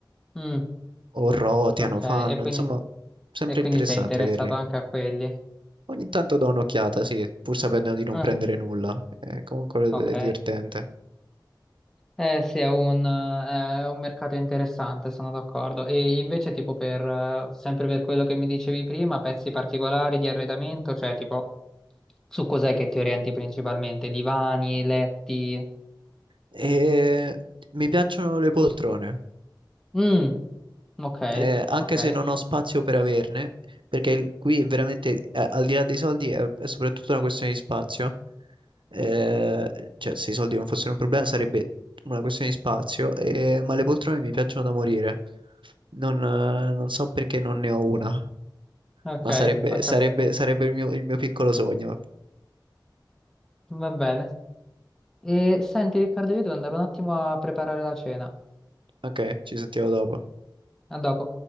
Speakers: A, in the centre; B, on the right.
A: Mm,
B: o roteano,
A: ok,
B: fanno,
A: e quindi,
B: insomma, sempre
A: e quindi
B: interessante
A: sei interessato
B: vederli.
A: anche a quelli.
B: Ogni tanto do un'occhiata, sì, pur sapendo di non
A: Ah,
B: prendere nulla. Eh, comunque
A: ok.
B: è divertente.
A: Eh sì, è un, eh, è un mercato interessante, sono d'accordo. E invece tipo per, eh, sempre per quello che mi dicevi prima, pezzi particolari di arredamento, cioè tipo su cos'è che ti orienti principalmente? Divani, letti?
B: E mi piacciono le poltrone,
A: Mm, ok,
B: eh, anche
A: ok,
B: se non ho spazio per averne, perché il- qui è veramente, eh, al di là dei soldi, è, è soprattutto una questione di spazio. Eh, cioè, se i soldi non fossero un problema, sarebbe una questione di spazio, eh, ma le poltrone mi piacciono da morire. Non, eh, non so perché non ne ho una,
A: ok,
B: ma sarebbe,
A: ho capito.
B: sarebbe- sarebbe il mio, il mio piccolo sogno.
A: Va bene. E senti Riccardo, io devo andare un attimo a preparare la cena.
B: Ok, ci sentiamo dopo.
A: A dopo.